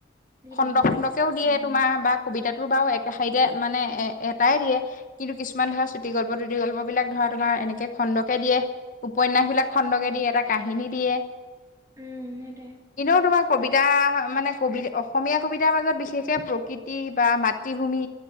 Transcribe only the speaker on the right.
দি
থাকে অ
উম
উম সেইটোৱে।